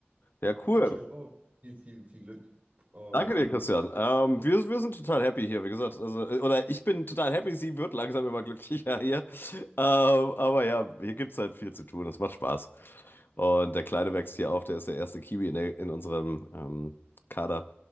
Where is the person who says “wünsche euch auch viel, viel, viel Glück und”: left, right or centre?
Right